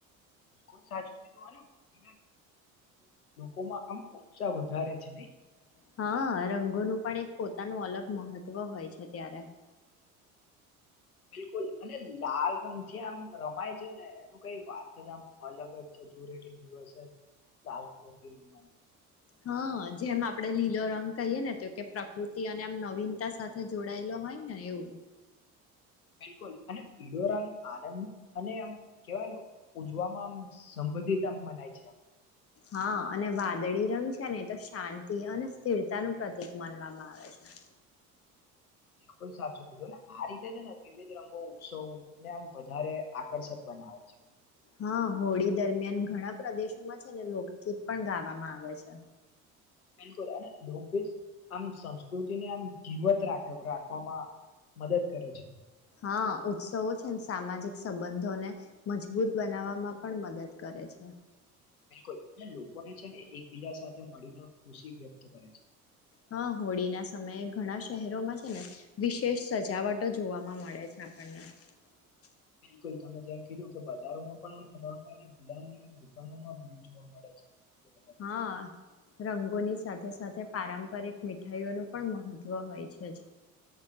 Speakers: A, on the left; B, on the left.
A: બિલકુલ સાચું કીધું આનું લોકોમાં આમ ઉત્સાહ વધારે છે નઈ?
B: હા રંગોનું પણ એક પોતાનું અલગ મહત્વ હોય છે ત્યારે. <inaudible>
A: બિલકુલ અને લાલ રંગ જે આમ રમાય છે ને એનું કઈ વાત જ આમ અલગ જ છે. દૂ રટી દિવસ જ લાલ કલર થી ઉમાની
B: હા જેમ આપડે લીલો રંગ કહીય ને તો કે પ્રકૃતિ અને આમ નવીનતા સાથે જોડાયેલો હોય ને એવું.
A: બિલકુલ અને પીળો રંગ આનંદ અને આમ કેવાયને ઉજવામાં આમ સંબંધિત મ મનાય છે.
B: હા અને વાદળી રંગ છે ને તો શાંતિ અને સ્થિરતા નું પ્રતિક માનવામાં આવે છે. <inaudible>
A: બિલકુલ સાચું કીધું ને આ રીતે છે ને વિવિધ રંગો ઉત્સવો ને આમ વધારે આકર્ષક બને <unintelligible>
B: હા હોળી દરમિયાન ઘણા પ્રદેશોમાં છે ને લોકગીત પણ ગાવામાં આવે છે.
A: બિલકુલ અને લોકભ આમ સંસ્કૃતિને આમ જીવત રાખ રાખવામાં મદદ કરે છે.
B: હા ઉત્સવો છે સામાજિક સંબંધોને મજબૂત બનાવવામાં પણ મદદ કરે છે.
A: બિલકુલ અને લોકોને છે ને એકબીજા સાથે મળીને ખુશી વ્યક્ત કરે છે.
B: હા હોળી ના સમયે ઘણા શહેરોમાં છે ને વિશેષ સજાવટો જોવાવામાં મળે છે. <inaudible>
A: બિલકુલ તમે જેમ કીધું કે બજારોમાં પણ રંગ અને ગુલાલની આમ દુકાનોમાં ભીડ જોવા મળે છે. એ બધા
B: હા રંગોની સાથે- સાથે પારંપરિક મીઠાઈઓનું પણ મહત્વ હોય છે જ.